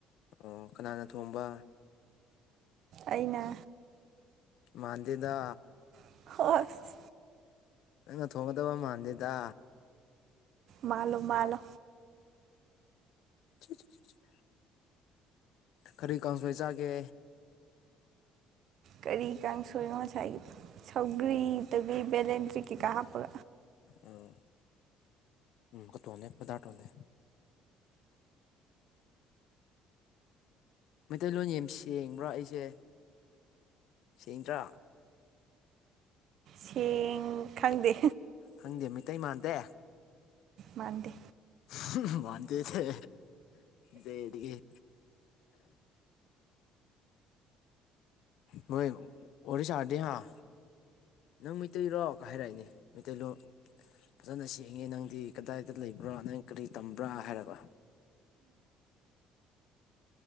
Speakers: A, on the left (about 70°); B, on the right (about 65°).
A: ꯑꯣ ꯀꯅꯥꯅ ꯊꯣꯡꯕ
B: ꯑꯩꯅ
A: ꯃꯥꯟꯗꯦꯗ
B: ꯍꯣꯑꯣꯏ
A: ꯅꯪꯅ ꯊꯣꯡꯒꯗꯕ ꯃꯥꯟꯗꯦꯗ
B: ꯃꯥꯜꯂꯣ ꯃꯥꯂꯣ
A: ꯆꯨ ꯆꯨꯛ ꯆꯨꯛ ꯀꯔꯤ ꯒꯥꯡꯖꯣꯏ ꯆꯥꯒꯦ
B: ꯀꯔꯤ ꯀꯥꯡꯁꯣꯏꯅꯣ ꯉꯁꯥꯏꯒꯤꯗꯨ ꯁꯧꯒꯔꯤ ꯗꯒꯤ ꯕꯦꯂꯦꯟꯗꯔꯤ ꯀꯩ ꯀꯥ ꯍꯥꯞꯀꯒ
A: ꯑꯣ ꯎꯝ ꯀꯣꯇꯣꯅꯦ ꯄꯗꯥꯔ ꯇꯣꯅꯦ ꯃꯩꯇꯩꯂꯣꯟ ꯌꯦꯝ ꯁꯦꯡꯕ꯭ꯔꯥ ꯑꯩꯁꯦ ꯁꯦꯡꯗ꯭ꯔꯥ
B: ꯁꯦꯡ ꯈꯪꯗꯦ
A: ꯈꯪꯗꯦ ꯃꯩꯇꯩ ꯃꯥꯟꯗꯦ
B: ꯃꯥꯥꯟꯗꯦ
A: ꯍꯝꯍꯝ ꯃꯥ ꯗꯦ ꯊꯦ ꯗꯦꯗꯤꯑꯦ ꯃꯣꯏ ꯋꯥꯔꯤ ꯁꯥꯔꯗꯤ ꯍꯥꯥ ꯅꯪ ꯃꯩꯇꯩꯔꯣ ꯍꯥꯏꯔꯛꯏꯅꯦ ꯃꯩꯇꯩꯔꯣ ꯐꯖꯅ ꯁꯦꯡꯉꯦ ꯅꯪꯗꯤ ꯀꯗꯥꯏꯗ ꯂꯩꯕ꯭ꯔꯥ ꯅꯪ ꯀꯔꯤ ꯇꯝꯕ꯭ꯔꯥ ꯍꯥꯏꯔꯕ